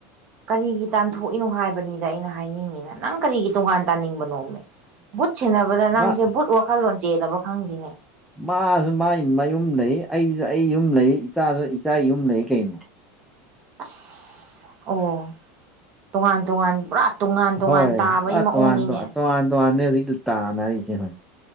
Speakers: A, on the right; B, in the centre.
A: ꯀꯔꯤꯒꯤ ꯇꯥꯟꯊꯣꯛꯏꯅꯣ ꯍꯥꯏꯕꯅꯤꯗ ꯑꯩꯅ ꯍꯥꯏꯅꯤꯡꯉꯤꯅ ꯅꯪ ꯀꯔꯤꯒꯤ ꯇꯣꯉꯥꯟ ꯇꯥꯅꯤꯡꯕꯅꯣꯃꯦ ꯕꯨꯠ ꯁꯦꯟꯅꯕꯗ ꯅꯪꯁꯦ
B: ꯃꯥ
A: ꯕꯨꯠ ꯋꯥꯈꯜꯂꯣꯟ ꯆꯦꯗꯕꯥ ꯈꯪꯗꯦꯅꯦ
B: ꯃꯥꯁꯨ ꯃꯥꯥꯏ ꯃꯌꯨꯝ ꯂꯩ ꯑꯩꯁꯨ ꯑꯩ ꯌꯨꯝ ꯂꯩ ꯏꯆꯥꯁꯨ ꯏꯆꯥ ꯌꯨꯝ ꯂꯩ ꯀꯩꯅꯣ
A: ꯑꯁ ꯑꯣ ꯇꯣꯉꯥꯟ ꯇꯣꯉꯥꯟ ꯄꯨꯔꯥ ꯇꯣꯉꯥꯟ ꯇꯣꯉꯥꯟ
B: ꯍꯣꯏ
A: ꯇꯥꯕꯒꯤ
B: ꯑ
A: ꯃꯑꯣꯡꯅꯤꯅꯦ
B: ꯇꯣꯉꯥꯟ ꯇꯣꯉꯥꯟ ꯇꯣꯉꯥꯟ ꯇꯣꯉꯥꯟꯅꯦ ꯍꯧꯖꯤꯛ ꯇꯥꯟꯅꯔꯤꯁꯦ ꯍꯣꯏ